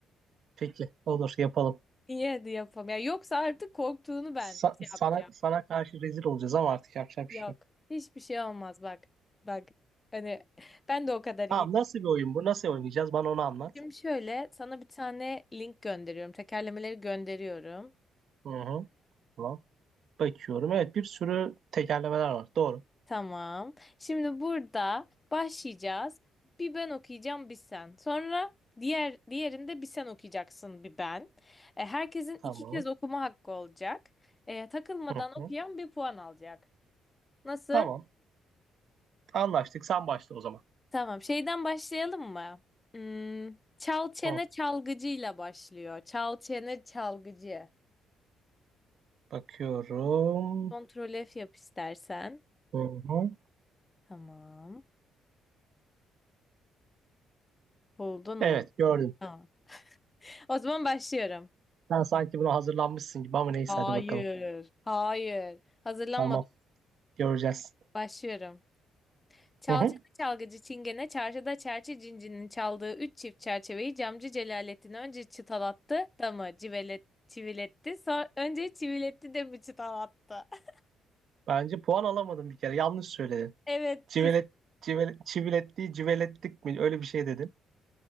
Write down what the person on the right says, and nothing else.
Peki, olur yapalım.
Sa-
sana
sana karşı rezil olacağız ama artık yapacak
bir şey yok.
Tamam, nasıl bir oyun bu? Nasıl oynayacağız? Bana onu anlat.
Hı hı. Tamam. Bakıyorum. Evet, bir sürü tekerlemeler var. Doğru.
Tamam.
Hı hı.
Tamam. Anlaştık. Sen başla o zaman.
Hı.
Bakıyorum.
Hı hı.
Evet, gördüm.
Sen sanki buna hazırlanmışsın gibi ama neyse
hadi bakalım.
Tamam. Göreceğiz.
Hı hı.
Bence puan alamadım bir kere. Yanlış söyledin.
Civelet,
civelet, civeletli, civelettik mi? Öyle bir şey dedin.